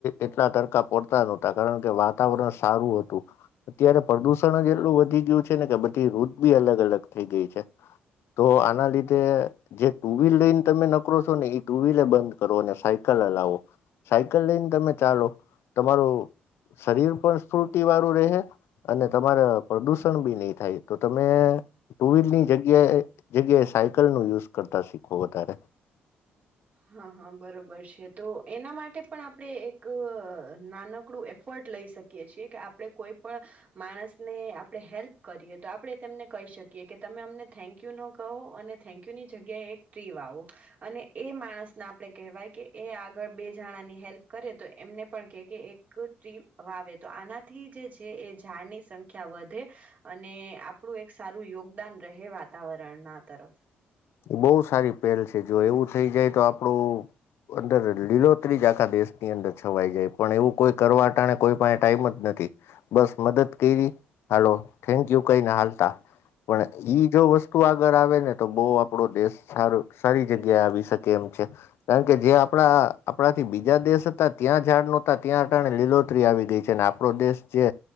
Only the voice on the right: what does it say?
હા હા બરોબર છે તો એના માટે પણ આપણે એક નાનકડું એફર્ટ લઈ શકીએ છીએ કે આપણે કોઈ પણ માણસને આપણે હેલ્પ કરીએ તો આપણે તેમને કહી શકીએ કે તમે અમને થેન્ક યુ ન કહો અને થેન્કયુની જગ્યાએ એક ટ્રી આવો અને એ માણસને આપણે કહેવાય કે એ આગળ બે જણાની હેલ્પ કરે તો એમને પણ કે કે એક ટ્રી વાવે તો આનાથી જે છે એ ઝાડની સંખ્યા વધે અને આપણું એક સારું યોગદાન રહે વાતાવરણના તરફ.